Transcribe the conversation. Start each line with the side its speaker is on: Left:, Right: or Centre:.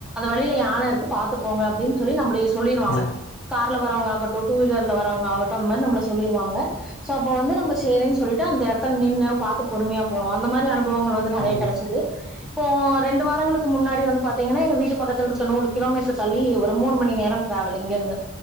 Centre: கீழ யானையிருக்கு பாத்துப்போங்க அப்டின்னு சொல்லி நம்மள சொல்லிருவாங்க
Left: ம் ம்
Centre: கார்ல வரவங்க ஆகட்டும் டூவீலர்ல வரவங்கட்டும் அந்த மாறி நம்மள சொல்லிருவாங்க சோ அப்ப வந்து நம்ம சேரின்னு சொல்லிட்டு அந்த இடத்துல நின்னு பார்த்து பொறுமையா போகும் அந்தமாதிரி அனுபவங்கள் வந்து நிறைய
Left: ம்
Centre: கிடைச்சுது இப்போ ரெண்டு வாரங்களுக்கு முன்னாடி வந்து பார்த்தீங்கன்னா எங்க வீடு பக்கத்தில இருக்க நூறு கிலோமீட்டர் தள்ளி ஒரு மூணுமணி நேரம் டிராவல் இங்க இருந்து